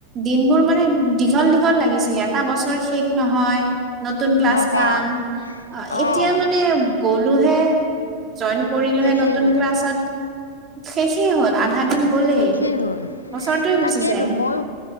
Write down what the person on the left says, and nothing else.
নহয়
অঁ
শেষেই
হ'ল
শেষেই হ'ল।
তাকেইতো
মই